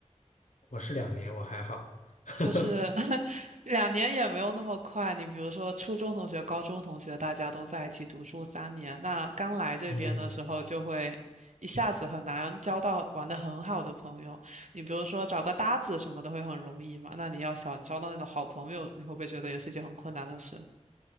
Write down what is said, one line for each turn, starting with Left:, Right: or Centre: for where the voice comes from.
Left: 我是两年，我还好。<laughs>
Right: 就是 <laughs> 两年也没有那么快。你比如说，初中同学、高中同学，大家都在一起读书三年，那刚来这边的时候就会一下子很难交到玩得很好的朋友。
Left: 嗯，
Right: 你比如说找个搭子什么的会很容易嘛，那你要想交到那种好朋友，你会不会觉得也是一件很困难的事